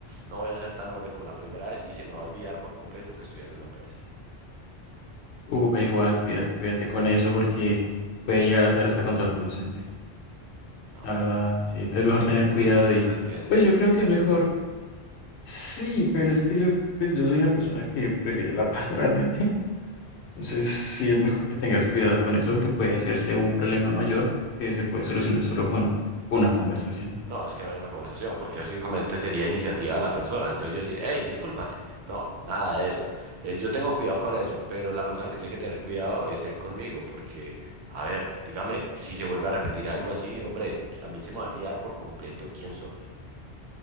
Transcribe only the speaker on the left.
Uh, pero igual, cuida- cuídate con eso porque puede llegar a ser hasta contraproducente.
La verdad,
sí, es mejor tener cuidado
y
pues yo creo que es mejor. Sí, pero es que yo, pues yo soy una persona que prefiere la <laughs> paz realmente. Entonces, sí es mejor que tengas cuidado con eso, que puede hacerse un problema mayor que se puede solucionar solo con una conversación.